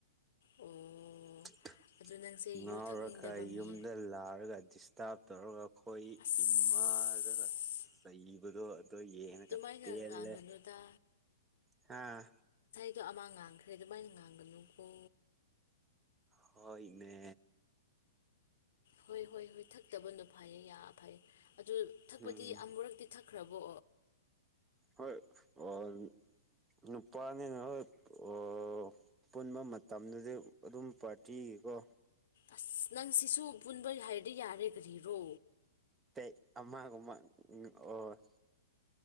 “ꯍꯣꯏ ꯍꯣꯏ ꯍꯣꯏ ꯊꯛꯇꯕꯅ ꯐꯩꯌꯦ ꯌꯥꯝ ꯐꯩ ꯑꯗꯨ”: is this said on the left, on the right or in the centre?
Left